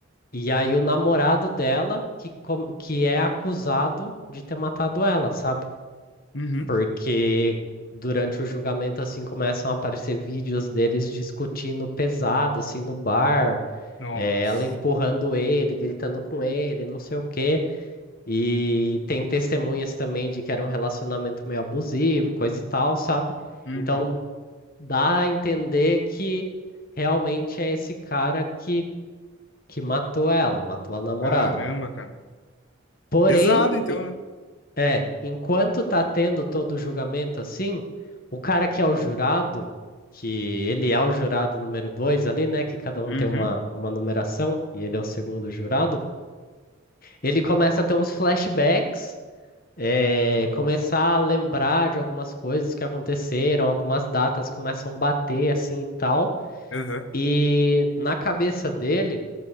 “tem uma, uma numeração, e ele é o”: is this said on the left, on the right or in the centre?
Left